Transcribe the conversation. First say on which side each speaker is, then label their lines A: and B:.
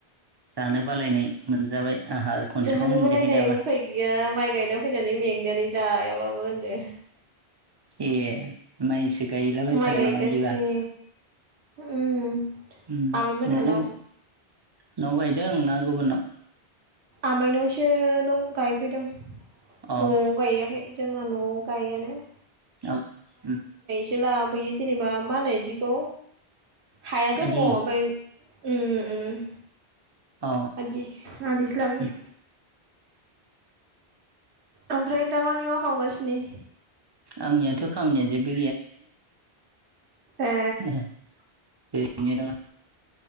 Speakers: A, on the right; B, on the right.
A: जानो बालायनाय मोनजाबाय। आंहा खनसेखौ
B: जानोबालायनाय
A: मोनजायाखै दाबो
B: उफाय गैया माइ गायना फैनानै मेंनानै जायाबाबो होनदो।
A: ए मायसो गायलाबायथारो
B: माइ गायगासिनो
A: नामा इदिबा
B: उम
A: उम
B: आमाइमोनहानाव
A: न'आव न'आव गायदों आं ना गुबुननाव?
B: आमाइनावसो दं गायफैदों न'आव
A: अ
B: गायाखै। जोङो न'आव गायानो।
A: औ उम
B: जेला बोयो जेनेबा मा होनो बिदिखौ हाया दङ'
A: आदि
B: ओमफ्राय उम उम
A: अ
B: आदि आदिसो लाबोयो।
A: उम
B: ओमफ्राय दा मानि मा खालामगासिनो?
A: आंनियाथ' खामानिया जेबो
B: ए
A: उम ओरैनो दोङो।